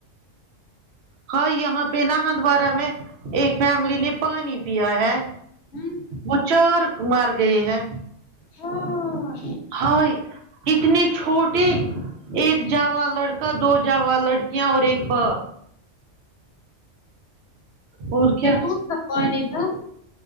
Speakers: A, on the right; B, on the left.
A: ہاں یہاں پہ نا ہندوارہ میں ایک فیملی نے پانی پیا ہے
B: ہمم
A: وہ چار مار گئے ہیں
B: ہاں
A: ہائے اتنے چھوٹے ایک جوان لڑکا دو جوان لڑکیاں اور ایک باپ اور کیا
B: یہ خوب صفائی ادھر